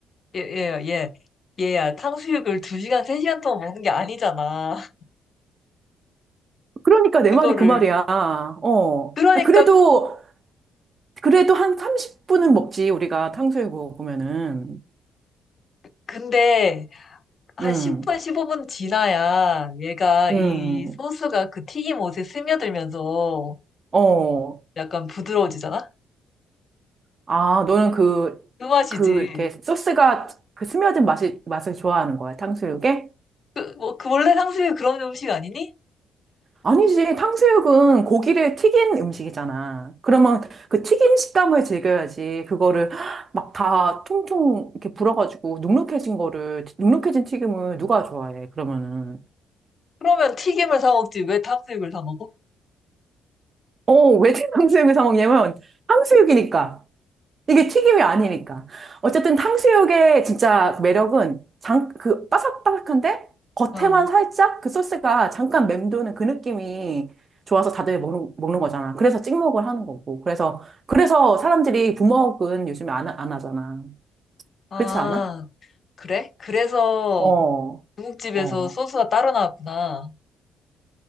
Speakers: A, on the left; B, on the right.
A: 예, 예, 예. 얘야, 탕수육을 두시간세시간 동안 먹는 게 아니잖아. <laughs>
B: 그러니까 내
A: 그거를.
B: 말이 그 말이야. 어.
A: 그러니까,
B: 아, 그래도, 그래도 한 30분은 먹지, 우리가 탕수육 먹으면은.
A: 근데, 한
B: 음.
A: 10분, 15분 지나야 얘가
B: 음,
A: 이 소스가 그 튀김 옷에 스며들면서
B: 어.
A: 약간 부드러워지잖아?
B: 아, 너는 그,
A: 그 맛이지.
B: 그, 이렇게 소스가 그 스며든 맛이, 맛을 좋아하는 거야, 탕수육에?
A: 그- 뭐, 그 원래 탕수육 그런 음식 아니니?
B: 아니지, 탕수육은 고기를 튀긴 음식이잖아. 그러면 그 튀긴 식감을 즐겨야지. 그거를 막 다 통통 이렇게 불어가지고 눅눅해진 거를, 눅눅해진 튀김을 누가 좋아해, 그러면은.
A: 그러면 튀김을 사 먹지. 왜 탕수육을 사 먹어?
B: 어, 왜 탕수육을 사 먹냐면, 탕수육이니까. 이게 튀김이 아니니까. 어쨌든 탕수육의 진짜 매력은 장, 그 바삭바삭한데 겉에만
A: 어.
B: 살짝 그 소스가 잠깐 맴도는 그 느낌이 좋아서 다들 먹는, 먹는 거잖아. 그래서 찍먹을 하는 거고. 그래서, 그래서 사람들이 부먹은 요즘에 안, 하- 안 하잖아.
A: 아,
B: 그렇지 않아?
A: 그래? 그래서
B: 어,
A: 중국집에서
B: 어.
A: 소스가 따로 나왔구나.